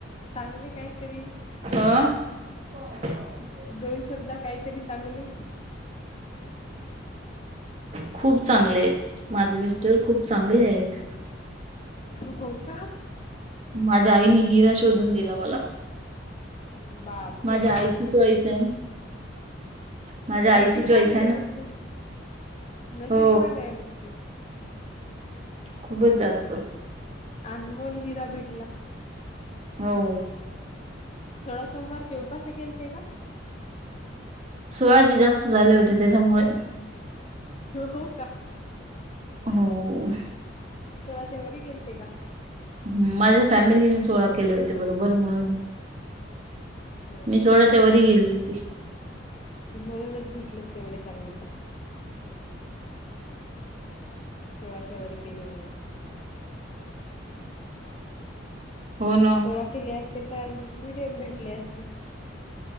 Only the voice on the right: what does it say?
ह. <unintelligible>
खूप चांगले आहेत माझे मिस्टर खूप चांगले आहेत
माझ्या आई नी हिरश शोधून दिला मला,
माझ्या
आईची चॉईस आहे. माझ्या आईची
चॉईस आहे ना
हो
खूपच जास्त.
हो
सोळा जी जास्त झाले होते त्यांच्यामुळे
हो
ह माझ्या फॅमिलीने सोळा केले होते बरोबर म्हणून
मी सोळाच्या वरी गेली होती
होन